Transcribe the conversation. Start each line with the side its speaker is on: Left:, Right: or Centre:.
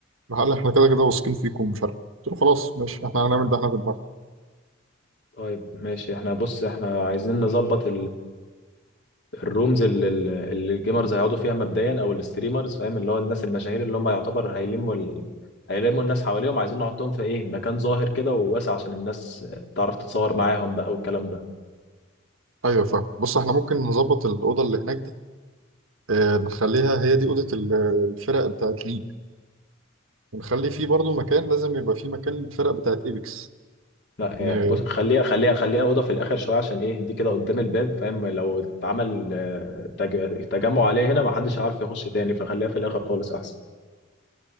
Right: قال احنا كده كده واثقين فيكم ومش عارف إيه. قلت له خلاص ماشي احنا هنعمل ده احنا في دماغنا
Left: طيب ماشي احنا بص احنا عايزين نظبط الرومز اللي اللي- اللي الجيمرز هيقعدوا فيها مبدئيا او الستريمرز فاهم اللي هو الناس المشاهير اللي هم يعتبر هيلموا ال... هيلموا الناس حواليهم عايزين نحطهم في ايه مكان ظاهر كده وواسع عشان الناس تعرف تتصور معاهم بقى والكلام ده
Right: ايوه فاهم بص احنا ممكن نظبط الاوضه اللي هناك دي اه نخليها هي دي اوضه ال- الفرق بتاعت ليج ونخلي فيه برضو مكان لازم يبقى فيه مكان للفرق بتاعت ايبكس
Left: لا
Right: م-
Left: يعني بص خليها خليها خليها اوضه في الاخر شويه عشان ايه دي كده قدام الباب فاهم لو اتعمل آه، تج- تجمع عليها هنا ما حدش عارف يخش تاني فخليها في الاخر خالص احسن